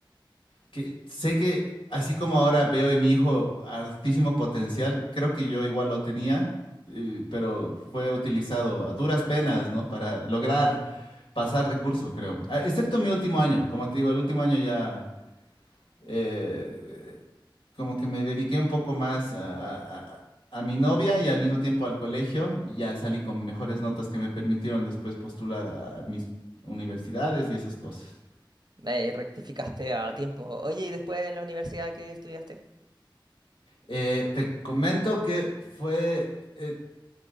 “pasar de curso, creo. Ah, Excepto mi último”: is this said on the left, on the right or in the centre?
Left